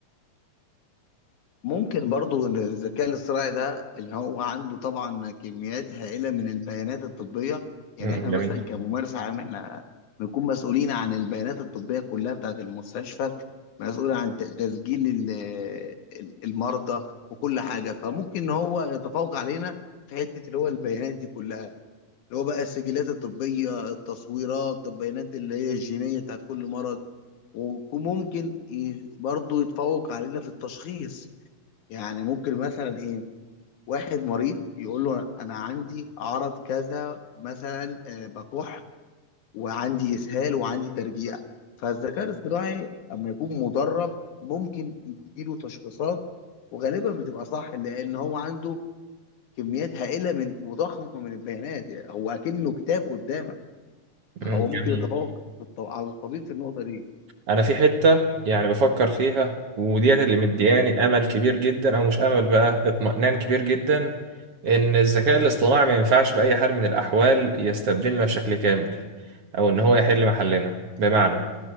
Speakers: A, on the left; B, on the right.
A: ممكن برضو ان الذكاء الاصطناعي ده اللي هو عنده طبعا كميات هائلة من البيانات الطبية يعني
B: مم،
A: احنا
B: جميل
A: مثلا كممارس عام احنا بنكون مسؤولين عن البيانات الطبية كلها بتاعت المستشفى مسؤول عن ت- تسجيل ال- المرضى وكل حاجة فممكن ان هو يتفوق علينا في حتة اللي هو البيانات دي كلها اللي هو بقى السجلات الطبية التصويرات البيانات اللي هي الجينية بتاعت كل مرض وممكن ي- برضه يتفوق علينا في التشخيص يعني ممكن مثلا ايه واحد مريض يقول له انا عندي عرض كذا مثلا آه، بكح وعندي اسهال وعندي ترجيع فالذكاء الاصطناعي اما يكون مدرب ممكن يديله تشخيصات وغالبا بتبقى صح لان هو عنده كميات هائله من وضخمه من البيانات يعني هو اكنه كتاب قدامك نعم.
B: مم،
A: هو
B: جميل
A: ممكن يتفوق في الط- على الطبيب في النقطه دي
B: انا في حته يعني بفكر فيها وديت اللي مدياني امل كبير جدا او مش امل بقى اطمئنان كبير جدا ان الذكاء الاصطناعي ما ينفعش باي حال من الاحوال يستبدلنا بشكل كامل او ان هو يحل محلنا بمعنى